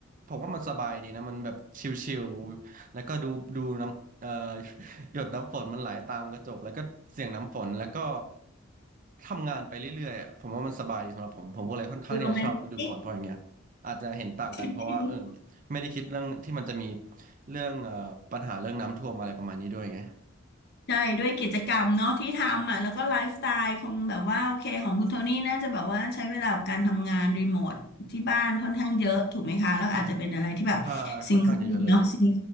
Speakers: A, on the right; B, on the left.
A: ผมว่ามันสบายดีนะมันแบบชิลๆแล้วก็ดูดูน้ำเอ่อ หยดน้ำฝนมันไหลตามกระจกแล้วก็เสียงน้ำฝนแล้วก็ทำงานไปเรื่อยๆอะผมว่ามันสบายดีสำหรับผมผมก็เลยค่อนข้างที่จะชอบฤดูฝนเพราะอย่างเงี้ยอาจจะเห็นต่างกันเพราะว่าเออ
B: โรแมนติก
A: ไม่ได้คิดเรื่องที่มันจะมีเรื่องเอ่อปัญหาเรื่องน้ำท่วมอะไรประมาณนี้ด้วยไง
B: ใช่ด้วยกิจกรรมเนาะที่ทำอ่ะแล้วก็ไลฟ์สไตล์ของแบบว่าโอเคของคุณโทนี่น่าจะแบบว่าใช้เวลากับการทำงานรีโมทที่บ้านค่อนข้างเยอะถูกไหมคะแล้วอาจจะเป็นอะไรที่แบบ
A: ใช่ค่อนข้างจะเยอะเลย
B: ซิงเกิลเนาะซิง